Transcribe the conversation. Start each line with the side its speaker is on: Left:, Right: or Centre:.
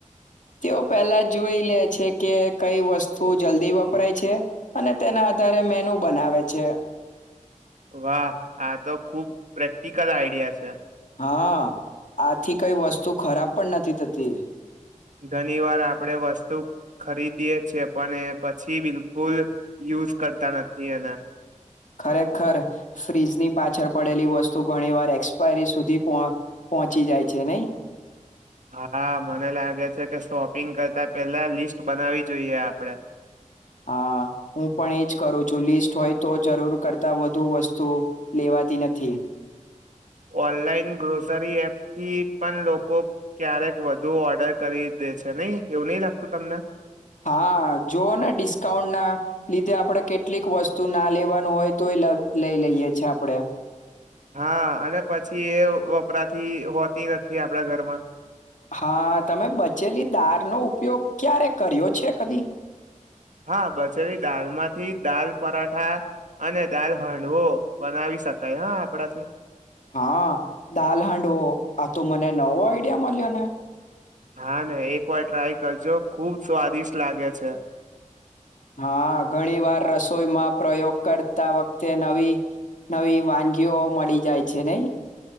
Left: તેઓ પહેલા જોઈ લે છે કે કઈ વસ્તુ જલ્દી વપરાય છે અને તેના આધારે મેનુ બનાવે છે
Right: વાહ આ તો ખુબ પ્રેક્ટિકલ આઈડિયા છે
Left: હા આથી કઈ વસ્તુ ખરાબ પણ નથી થતી
Right: ઘણી વાર આપણે વસ્તુ ખરીદીએ છેએ પણ એ પછી બિલકુલ યુઝ કરતા નથી એના
Left: ખરેખર ફ્રીજની પાછળ પડેલી વસ્તુ ઘણી વાર એક્સપાયરી સુધી પહોંચી જાય છે નહી
Right: હા મને લાગે છે કે શોપિંગ કરતા પેલા લિસ્ટ બનાવી જોઈએ આપડે
Left: હા હું પણ એજ કરું છું લિસ્ટ હોય તો જરૂર કરતા વધુ વસ્તુ લેવાતી નથી
Right: ઓનલાઈન ગ્રોસરી એપ થી પણ લોકો ક્યારેક વધુ ઓર્ડર કરી દે છે નહી એવું નહી લાગતું તમને
Left: હા જોઓ ને ડિસ્કાઉન્ટના લીધે આપણે કેટલીક વસ્તુ ના લેવાનું હોય તો એ લઈ લઈએ છે આપણે
Right: હા અને પછી એ વપરાતી હોતી નથી આપડા ઘરમાં
Left: હા તમે બચેલી દાળનોો ઉપયોગ ક્યારે કર્યો છે કદી
Right: હા બચેરી દાલમાંથી દાલ પરાઠા અને દાલ હાંડવો બનાવી શકાય હા આપણાથી
Left: હા દાલ હાંડવો આ તો મને નવો આઈડિયા મળ્યો ને
Right: હા ને એક વાર ટ્રાય કરજો ખુબ સ્વાદિષ્ટ લાગે છે
Left: હા ઘણી વાર રસોઈમાં પ્રયોગ કરતા વખતે નવી નવી વાનગીઓ મળી જાય છે નહી